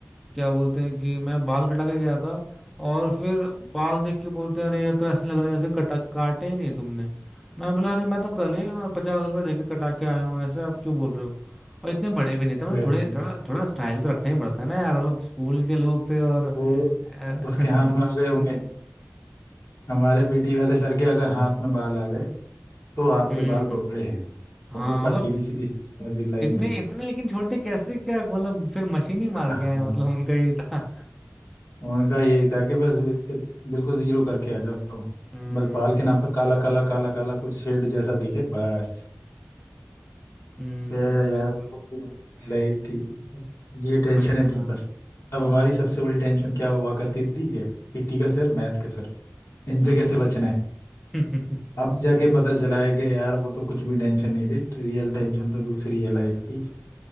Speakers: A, in the centre; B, on the left (about 80°).
A: क्या बोलते हैं कि मैं बाल कटा के गया था और फिर बाल देख के बोलते हैं अरे ये तो ऐसे लग रहा है जैसे कटा काटे ही नहीं तुमने मैं बोला अरे मैं तो कल ही पचास रुपए देके कटा के आया हूँ ऐसे आप क्यों बोल रहे हो और इतने बड़े भी नहीं थे मतलब
B: वैसे
A: थोड़े
B: ही।
A: थोड़ा थोड़ा स्टाइल तो रखना ही पड़ता है ना यार मतलब स्कूल के लोग थे और
B: वो
A: अ, <laughs>
B: उसके हाथ में आ गए होंगे हमारे पीटी वाले सर के अगर हाथ में बाल आ गए तो आपके
A: हम्म
B: बाल बड़े हैं उनके
A: हाँ
B: पास
A: मतलब
B: सीधी सीधी म्यूजिक लाइन
A: इतने
B: थी
A: इतने लेकिन छोटे कैसे क्या मतलब फिर मशीन ही
B: हाँ
A: मार के आए मतलब उनका ये था
B: उनका यही था कि बस इत, इत, बिल्कुल जीरो करके आ जाओ
A: हम्म
B: बस बाल के नाम पे काला काला काला काला कुछ शेड जैसा दिखे बस
A: हम्म,
B: फिर यार
A: बिल्कुल
B: वो भी लाइफ थी ये टेंशनें
A: बढ़िया
B: थी बस अब हमारी सबसे बड़ी टेंशन क्या हुआ करती थी ये पीटी का सर मैथ का सर इनसे
A: हम्म
B: कैसे बचना है
A: <laughs>
B: अब जाके पता चला है कि यार वो तो कुछ भी टेंशन नहीं थी रियल टेंशन तो दूसरी है लाइफ की